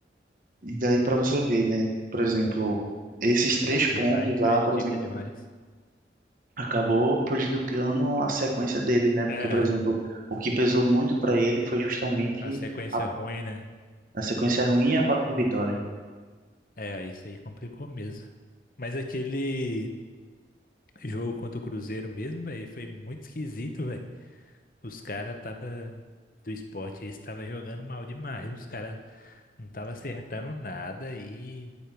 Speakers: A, on the right; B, on the left.
A: E daí para você ver, né? Por exemplo, esses três
B: A arbitragem
A: pontos
B: prejudica
A: lá, por exemplo,
B: demais.
A: acabou prejudicando a sequência dele, né? Porque,
B: É,
A: por exemplo, o que pesou muito pra ele foi justamente
B: a sequência
A: a,
B: ruim, né?
A: a sequência ruim e a falta de vitória.
B: É, isso aí complicou mesmo. Mas aquele jogo contra o Cruzeiro mesmo, velho, foi muito esquisito, velho. Os caras tava do esporte, eles tava jogando mal demais. Os caras não tava acertando nada e